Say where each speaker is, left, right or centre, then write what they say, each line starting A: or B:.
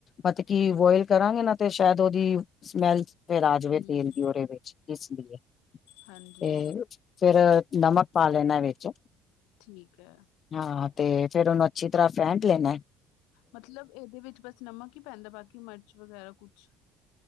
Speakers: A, on the left; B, on the left.
A: ਮਤ ਕੀ ਬੋਇਲ ਕਰਾਂਗੇ ਨਾ ਤੇ ਸ਼ਾਇਦ ਓਦੀ ਸਮੈਲ ਫੇਰ ਆ ਜਾਵੇ
B: ਹੂੰ
A: ਤੇਲ ਦੀ ਓਦੇ ਵਿੱਚ ਇਸ ਲਈ ਤੇ
B: ਹਾਂਜੀ
A: ਫੇਰ ਅ ਨਮਕ ਪਾ ਲੈਣਾ ਵਿੱਚ।
B: ਠੀਕ ਐ।
A: ਹਾਂ ਤੇ ਫੇਰ ਉਹਨੂੰ ਅੱਛੀ ਤਰਾਂ ਫੈਂਟ ਲੈਨਾ।
B: ਮਤਲਬ ਏਦੇ ਵਿੱਚ ਬਸ ਨਮਕ ਹੀ ਪੈਂਦਾ ਬਾਕੀ ਮਿਰਚ ਵਗੈਰਾ ਕੁਛ